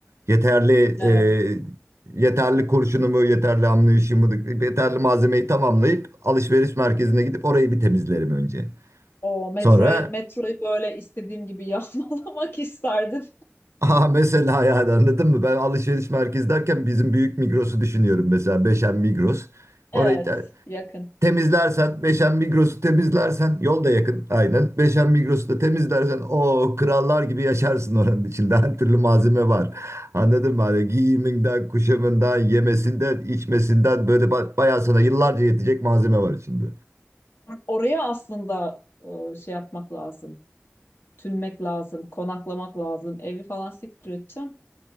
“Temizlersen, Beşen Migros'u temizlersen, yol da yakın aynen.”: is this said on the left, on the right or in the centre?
Right